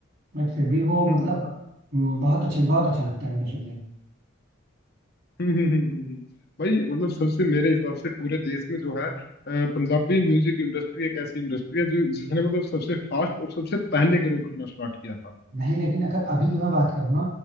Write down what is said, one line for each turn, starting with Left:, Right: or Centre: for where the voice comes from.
Right: बट फिर भी वो
Left: हम्म।
Right: मतलब हम्म, बहुत अच्छा बहुत अच्छा लगता है उनको सुन के
Left: <laughs> हम्म, हम्म, हम्म, हम्म, हम्म। भाई मतलब सबसे मेरे हिसाब से पूरे देश में जो है अ, पंजाबी म्यूजिक इंडस्ट्री एक ऐसी इंडस्ट्री है जो जिसने मतलब सबसे फास्ट और सबसे पहले ग्रो करना स्टार्ट किया था
Right: नहीं लेकिन अगर अभी की मैं बात करूँ ना